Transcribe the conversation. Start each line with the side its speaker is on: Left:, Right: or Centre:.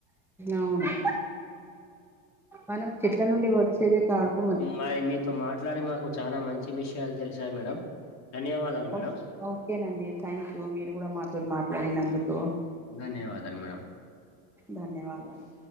Centre: అవును మనం చెట్ల నుండి వచ్చేది గాడుపు
Left: మరి మీతో మాట్లాడి మాకు చాలా మంచి విషయాలు తెలిసాయి మేడం ధన్యవాదాలు
Centre: ఓకే
Left: మేడం
Centre: ఓకేనండి థ్యాంక్ యూ మీరు కూడా మాతో మాట్లాడినందుకు
Left: ధన్యవాదాలు మేడమ్
Centre: ధన్యవాదాలు